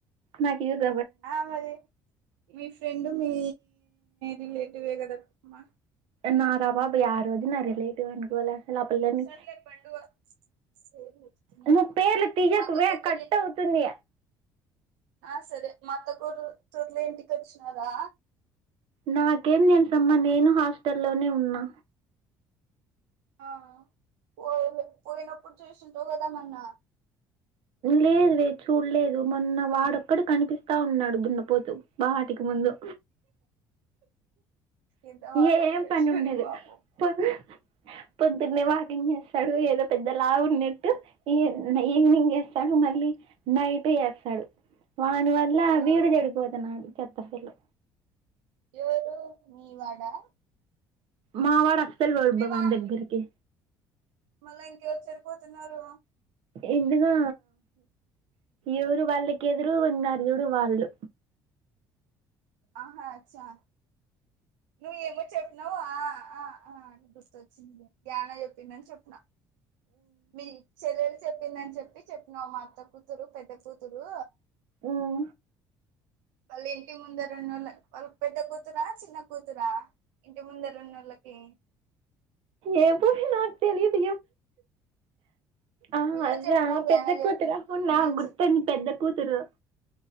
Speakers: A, on the right; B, on the right.
A: నాకు యూస్
B: ఆ మరి మీ ఫ్రెండు మీ రిలేటివే కదామ్మా
A: నా <unintelligible> రాాబాబు ఆ రోజు నా రిలేటివ్ అనుకోలే ఆ పిల్లని
B: సర్లే పండువా పేర్లు ఎత్తుతూనే
A: అమా
B: ఉన్నా
A: పేర్లు తీయకువే
B: మా అత్త కూతుర్ని
A: కట్టవు తుంది
B: ఆ సరే మాత్తగూరు తూర్లో ఇంటికి వచ్చినారా
A: నాకేం తెలుసమ్మా నేను హాస్టల్లోనే ఉన్నా
B: ఆ పో పోయినప్పుడు చేసుంటావు కదా మన్న
A: లేదు లేదు చూడలేదు మొన్న వాడొక్కడ కనిపిస్తా ఉన్నాడు దున్నపోతు బాటికి ముందు
B: ఎంతా మాటన్నాడు
A: ఏం పని
B: చూడు
A: ఉండదు
B: పాపం <unintelligible>
A: పొద్దు పొద్దున్నే వాకింగ్ చే ఆడు ఏదో పెద్ద లావు ఉన్నట్టు ఈ ఈవినింగ్ చేస్తాడు మళ్ళీ నైట్ చేత్తడు వాని వల్ల
B: ఆ
A: వీడు చెడిపోతున్నాడు చెత్త ఫెలో
B: ఎవరు మీవాడా
A: మావాడు అస్సలు పోడబ్బ
B: మీ
A: పాన్
B: వా
A: దగ్గరికి
B: మళ్ళా ఇంకెవరు చెడిపోతున్నారు
A: ఎందుగా ఎవరు వాళ్ళకి ఎదురుగా ఉన్నారు చూడు వాళ్ళు
B: ఆహా అచ్చా నువ్వు ఏమో చెప్పినవవు ఆ ఆ ఆ గుర్తొచ్చింది ధ్యాన చెప్పిందని చెప్పిన మీ చెల్లెలు చెప్పిందని చెప్పి చెప్పినావు మా అత్త కూతురు పెద్ద కూతురు
A: ఉం
B: వాళ్ళు ఇంటి ముందరున్నా వాళ్ళ వాళ్ళు పెద్ద కూతుర చిన్న కూతురా ఇంటి ముందర ఉన్నళ్లకి
A: ఏమో నాకు తెలియదు ఆ
B: నువ్వే
A: అదా
B: చెప్పినవ్ గ్యాన
A: పెద్ద
B: చెప్పింది
A: కూతురు అవున్నా
B: మీ
A: గుర్తుండి
B: చె
A: పెద్ద కూతురు